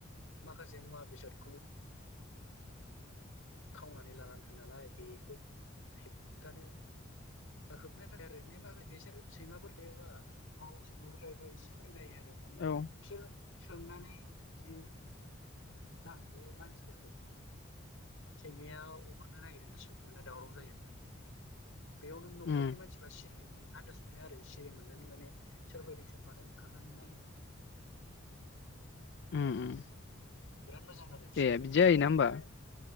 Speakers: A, on the left; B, on the left.
A: माखासे मुवा बेसादखौ खावनानै लानानै थाङो नालाय। बेखौ होबथानो होबथ थाब आरो बिसोर सैमाफोर थायोबा सैमाफोर थायोबा एसे मोजां जायो आरो। ओ माने
B: औ
A: सोंनानै सै आं बे मानसिफोरखौ सैमाया अरनो नागिरोना सोङोना दावराव जायो। बेयाव नों न'खरनि
B: उम
A: मानसिफ्रा सिरि मोनो। आनदास मोनो आरो सिरि मोननानै माने सोर फैयदों सोर मादों ओंखारनानै नायो।
B: उ उम
A: बिराद मोजां आरो फिसिनो
B: ए
A: रोङोबा
B: बिदि जायोना होमबा
A: ओमफ्राय